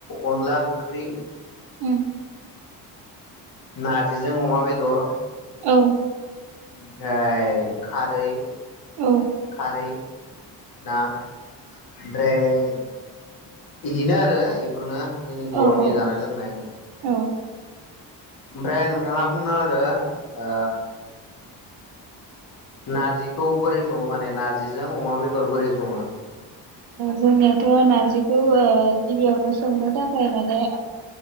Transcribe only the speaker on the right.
उम
औ
औ
औ औ
औ
जोंनियाथ' नार्जिखौ गिबियावनो संनो थाखाय माने